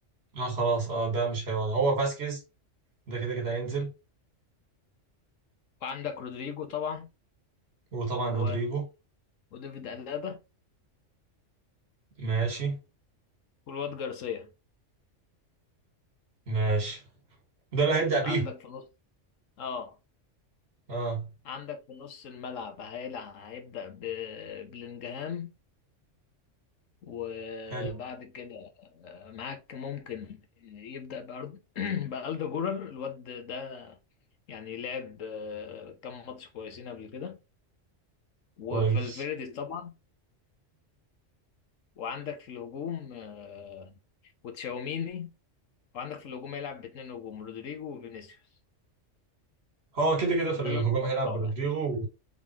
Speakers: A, on the right; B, on the left.
A: اه خلاص اه ده مش هيقعد هو فاسكيز ده كده كده هينزل
B: وعندك رودريجو طبعا
A: وطبعا
B: و...
A: رودريجو
B: وديفيد ألابا
A: ماشي
B: والواد جارسيا
A: ماشي ده اللي هيبدأ بيهم
B: عندك في نص اه
A: اه
B: عندك في نص الملعب هيلع هيبدأ ببلينجهام وبعد
A: حلو
B: كده آه، معاك ممكن آه، يبدأ بأرض <clears throat> بألدا جولر الواد ده يعني لعب آه، كام ماتش كويسين قبل كده وفالفيردي
A: كويس
B: طبعا وعندك في الهجوم آه، وتشاوميني وعندك في الهجوم هيلعب باتنين هجوم رودريجو وفينيسيوس
A: هو كده كده في
B: ده
A: الهجوم
B: اللي انا متوقعه
A: هيلعب برودريجو
B: يعني